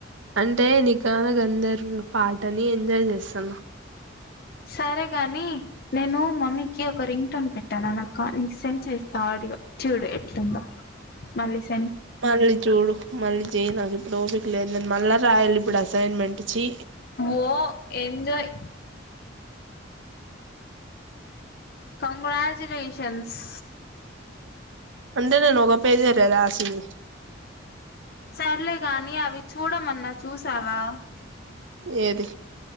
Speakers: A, on the right; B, on the left.
A: అంటే నీ గాన గంధర్వ పాటని ఎంజాయ్ చేస్తన్న
B: సరే కాని నేను మమ్మీకి ఒక రింగ్ టోన్ పెట్టాను అనక్క నీకు సెండ్ చేస్తాను ఆడియో చూడు ఎట్లుందో మళ్ళీ చు
A: మళ్ళీ చూడు మళ్ళీ చెయి నాకు ఇప్పుడు ఓఫిక లేదు నేను మళ్ళా రాయలి ఇప్పుడు అసైన్మెంట్ చీ
B: ఓ ఎంజాయ్ కంగ్రాచులేషన్స్
A: అంటే నేను ఓగా పేజ్లో రేసింది
B: సర్లే గాని అవి చూడమన్నా చూసావా
A: ఏది